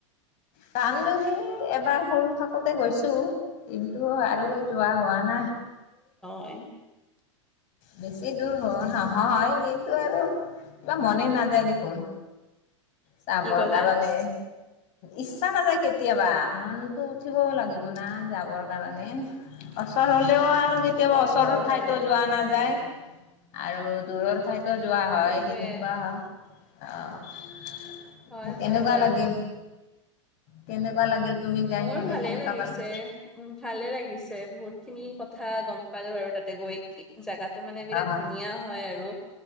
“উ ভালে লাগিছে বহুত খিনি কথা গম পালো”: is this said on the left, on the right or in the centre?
Centre